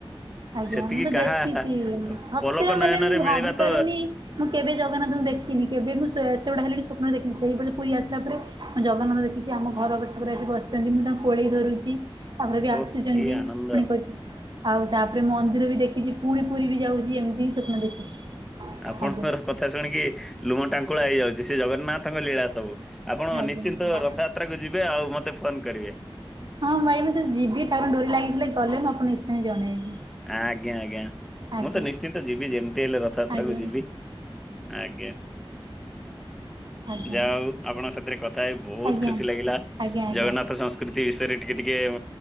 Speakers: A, on the right (about 50°); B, in the centre.
A: ଆଜ୍ଞା
B: ସେତିକି
A: ମୁଁ ତ
B: କାହା
A: ଦେଖିଛି। ସତରେ
B: ପଲକ
A: ମାନେ
B: ନୟନରେ
A: ମୁଁ
B: ମିଳିବା
A: ଭାବି
B: ତ
A: ପାରୁନି ମୁଁ କେବେ ଜଗନ୍ନାଥଙ୍କୁ ଦେଖିନି କେବେ ମୁଁ ସେ ଏତେବଡ ହେଲିଣି ସ୍ୱପ୍ନ ଦେଖିନି ସେଇ ବର୍ଷ ପୁରୀ ଆସିଲା ପରେ ମୁଁ ଜଗନ୍ନାଥ ଦେଖିଛି ଆମ ଘର ଖଟଉପରେ ଆସି ବସିଛନ୍ତି ମୁଁ ତାଙ୍କୁ କୋଳେଇ ଧରୁଛି। ତାପରେବି
B: ଓଃ
A: ଆସୁଛନ୍ତି
B: କି ଆନନ୍ଦ
A: ପୁଣି କହୁଛି ଆଉ ତାପରେ ମନ୍ଦିରବି ଦେଖିଛି ପୁଣି ପୁରୀବି ଯାଉ ଆଜି ଏମିତିହିଁ ସ୍ୱପ୍ନ ଦେଖିଛି।
B: ଆପଣଙ୍କର
A: ଆଜ୍ଞା
B: କଥା ଶୁଣିକି ଲୁମ ଟାଙ୍କୁଳା ହେଇଯାଉଛି ସେ ଜଗନ୍ନାଥଙ୍କ ଲୀଳା ସବୁ ଆପଣ
A: ଆଜ୍ଞା
B: ନିଶ୍ଚିନ୍ତ ରଥଯାତ୍ରାକୁ ଯିବେ ଆଉ ମତେ ଫୋନ କରିବେ
A: ହଁ ଭାଇ ମୁଁ ତ ଯିବି ଠାକୁରଙ୍କ ଡୋରି ଲାଗିଥିଲେ ଗଲେ ମୁଁ ଆପଣକୁ ନିଶ୍ଚୟ ଜଣେଇବି।
B: ଆ ଆଜ୍ଞା ଆଜ୍ଞା
A: ଆଜ୍ଞା
B: ମୁଁ ତ ନିଶ୍ଚିନ୍ତ ଯିବି ଯେମିତି ହେଲେ ରଥଯାତ୍ରାକୁ
A: ଆଜ୍ଞା
B: ଯିବି ଆଜ୍ଞା।
A: ଆଜ୍ଞା ଆଜ୍ଞା
B: ଯା ହଉ ଆପଣଙ୍କ ସାଥିରେ କଥା ହେଇ ବହୁତ
A: ଆଜ୍ଞା
B: ଖୁସି ଲାଗିଲା
A: ଆଜ୍ଞା ଆଜ୍ଞା
B: ଜଗନ୍ନାଥ ସଂସ୍କ କୃତି ବିଷୟରେ ଟିକେ ଟିକେ ଅ